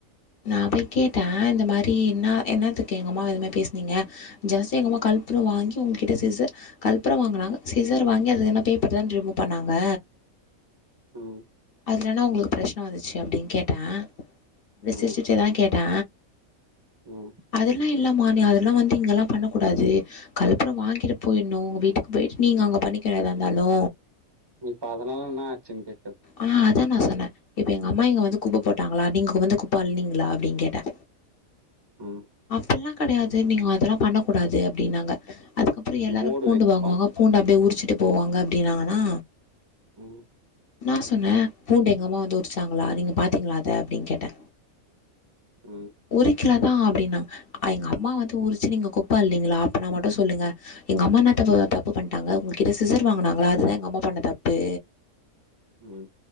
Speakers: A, on the left; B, on the right.
A: நா போய் கேட்டே இந்த மாரி இன்னா என்னாத்துக்கு எங்க அம்மாவ இந்த மா பேசுனீங்க ஜாஸ்தி எங்கமா கல்பூரோ வாங்கி உங்ககிட்ட சிச கல்ப்புற வாங்குனாங்க சீசர் வாங்கி அது என்ன பேப்பர் தான ரிமூவ் பண்ணாங்க
B: ம்
A: அதுல என்னா உங்களுக்கு பிரச்சன வந்துச்சு அப்டின் கேட்டே சிரிச்சிட்டேதா
B: ம்
A: கேட்டே
B: ம்
A: அதெல்லா இல்ல மா நீ அதெல்லா வந்து இங்கெல்லா பண்ணக்கூடாது கலப்புறோ வாங்கிட்டு போயிட்ணு உங்க வீட்டுக்கு போயிட்டு நீங்க அங்க பண்ணிக்கணு ஏதா இருந்தாலு
B: இப்போ அதுனால என்னா ஆச்சுன்டு
A: ஆ அதா நா சொன்னே இப்ப எங்க அம்மா இங்க வந்து குப்ப போட்டாங்களா நீங்க வந்து குப்ப அள்னீங்களா அப்டின் கேட்டே
B: ம்
A: அப்பிட்லா கெடையாது நீங்க அதெல்லா பண்ணக் கூடாது அப்டின்னாங்க அதுக்கப்புறோ எல்லாரு
B: போர்டு
A: பூண்டு
B: வைப்பாங்க
A: வாங்குவாங்க பூண்டு அப்டியே உறிச்சிட்டு போவாங்க அப்டின்னாங்கன்னா
B: ம்
A: நா சொன்னே பூண்டு எங்கம்மா வந்து உரிச்சாங்களா நீங்க பாத்தீங்களா அத அப்டின் கேட்டே
B: ம்
A: ஒரு கிலோ தா அப்டின்னா எங்க அம்மா வந்து உரிச்சு நீங்க குப்ப அள்னீங்களா அப்பனா மட்டு சொல்லுங்க எங்க அம்மா என்னா தப்பு தப்பு பண்ட்டாங்க உங்ககிட்ட சிசர் வாங்குனாங்களா அதுதா எங்க அம்மா பண்ண தப்பு
B: ம்